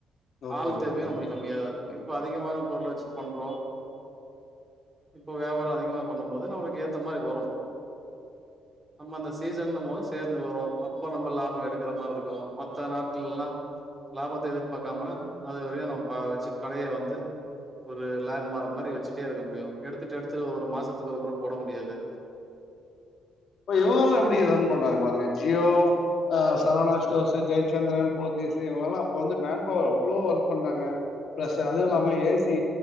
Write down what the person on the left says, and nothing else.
ஓகே
ஓகே
இப்ப இவுங்கல்லா எப்டி ரன் பண்றாங்க பாருங்க ஜியோ ஆ சரவணா ஸ்டோஸ் ஜெயச்சந்திரன் போத்திஸு இவங்கெல்லா அப்ப வந்து மேன் பவர் அவ்ளோ ஒர்க் பண்றாங்க பிளஸ் அதுவு இல்லாம ஏ சி